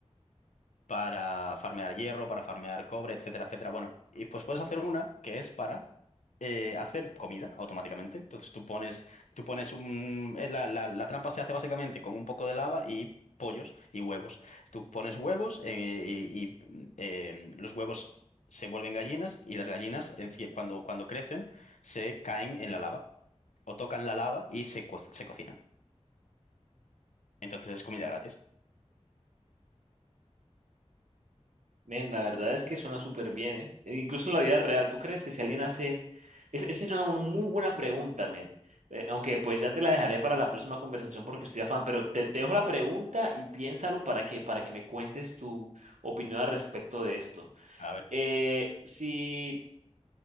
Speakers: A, on the left; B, on the right.
A: para farmear hierro, para farmear cobre, etcétera, etcétera. Bueno, y pues puedes hacer una que es para eh, hacer comida automáticamente. Entonces tú pones, tú pones un... eh, La, la- la trampa se hace básicamente con un poco de lava y pollos y huevos. Tú pones huevos eh, y, y, mm, eh, los huevos se vuelven gallinas y las gallinas enci- cuando, cuando crecen se caen en la lava o tocan la lava y se, co- se cocinan. Entonces es comida gratis.
B: Men, la verdad es que suena súper bien, ¿eh? E Incluso en la vida real, ¿tú crees que si alguien hace... Es- Esa es una bu- muy buena pregunta, men. Eh, aunque pues ya te la dejaré para la próxima conversación porque estoy afán, pero te, te dejo la pregunta y piénsalo para que, para que me cuentes tu opinión al respecto de esto.
A: A ver.
B: Eh, si,